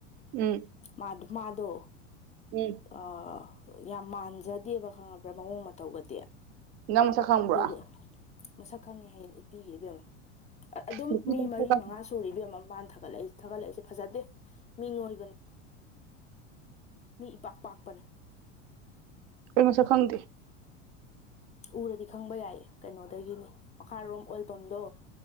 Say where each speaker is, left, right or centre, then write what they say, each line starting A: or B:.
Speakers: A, on the right (about 60°); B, on the left (about 20°).
A: ꯎꯝ
B: ꯃꯥꯗꯣ ꯃꯥꯗꯣ
A: <unintelligible>
B: ꯑ ꯌꯥꯝ ꯃꯥꯟꯖꯗꯦꯕ ꯈꯪꯉꯕ꯭ꯔꯥ ꯃꯑꯣꯡ ꯃꯇꯧꯒꯗꯤ
A: ꯅꯪ ꯃꯁꯛ ꯈꯪꯕ꯭ꯔꯣ
B: ꯗꯨꯒ ꯃꯁꯛ ꯈꯪꯉꯦ ꯍꯌꯦꯡ ꯎꯠꯄꯤꯒꯦ ꯏꯕꯦꯝꯃ ꯑꯗꯨꯝ
A: ꯅꯨꯄꯤꯗꯣ
B: ꯃꯤ
A: ꯃꯁꯛ
B: ꯃꯔꯤ
A: ꯈꯪ
B: ꯃꯉꯥ ꯁꯨꯔꯦ ꯕꯦꯝꯃ ꯃꯥꯅ ꯊꯥꯒꯠꯂꯛꯏ ꯊꯥꯒꯠꯂꯛꯏꯁꯦ ꯐꯖꯗꯦ ꯃꯤ ꯅꯣꯏꯕꯅꯤ ꯃꯤ ꯏꯄꯥꯛ ꯄꯥꯛꯄꯅꯦ
A: ꯑꯩ ꯃꯁꯛ ꯈꯪꯗꯦ
B: ꯎꯔꯗꯤ ꯈꯪꯕ ꯌꯥꯏ ꯀꯩꯅꯣꯗꯒꯤꯅꯦ ꯃꯈꯥꯔꯣꯝ ꯑꯣꯏꯜ ꯄꯝꯗꯣ